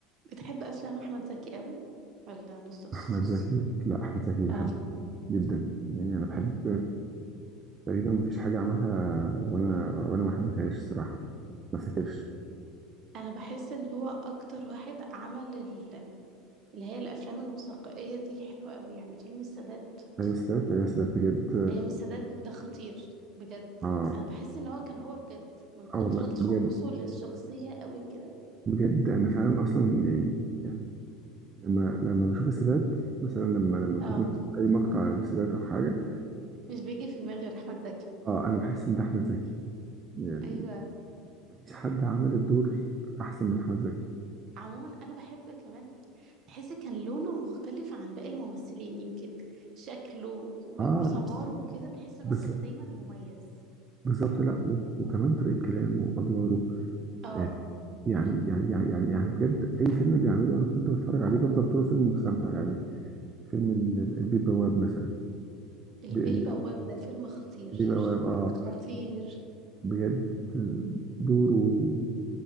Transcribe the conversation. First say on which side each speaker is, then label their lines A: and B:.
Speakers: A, on the right; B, on the right.
A: بتحب افلام احمد زكي قوي ولا نص نص
B: احمد زكي لا احمد زكي بحبه
A: اه
B: جدا يعني انا بحب تقريبا مفيش حاجه عملها وانا وانا ما حبيتهاش الصراحه ما افتكرش
A: انا بحس ان هو اكتر واحد عمل ال- اللي هي الافلام الوثائقيه دي حلوه قوي يعني فيلم السادات
B: ايام سادات ايام سادات بجد
A: ايام السادات ده خطير بجد
B: اه
A: انا بحس ان هو كان هو بجد من كتر
B: اه والله كنت
A: تقمصه
B: بجد
A: للشخصيه قوي كده
B: بجد انا فعلا اصلا يعني يعني لما لما بشوف السادات مثلا لما لما بشوف
A: اه
B: مثلاً اي مقطع للسادات او حاجه
A: مش بيجي في دماغي غير احمد زكي
B: اه انا بحس ان ده احمد زكي يعني
A: ايوه
B: مفيش حد عمل الدور احسن من احمد زكي
A: عموما انا بحب كمان تحس كان لونه مختلف عن باقي الممثلين يمكن شكله و-
B: اه
A: وسماره كده تحس ان
B: بالظبط
A: هو كان دايما مميز
B: بالظبط لا و- وكمان طريقه كلامه وادواره
A: اه
B: آه يعني يعني يعني يعني يعني بجد اي فيلم بيعمله انا كنت بتفرج عليه بفضل طول الفيلم مستمتع يعني فيلم ال- البيه بواب مثلا
A: البيه
B: ب- ال-
A: البواق ده فيلم خطير
B: البيه بواب اه
A: خطير
B: بجد دوره